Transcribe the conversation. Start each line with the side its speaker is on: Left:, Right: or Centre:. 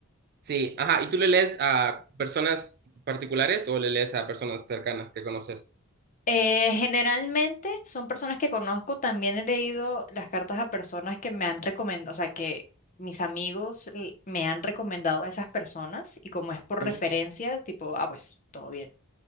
Right: Sí, ajá. ¿Y tú le lees a personas particulares o le lees a personas cercanas que conoces?
Left: Eh, generalmente son personas que conozco, también he leído las cartas a personas que me han recomendado, o sea, que mis amigos eh, me han recomendado a esas personas y como es por
Right: Ujú.
Left: referencia, tipo, ah, pues todo bien.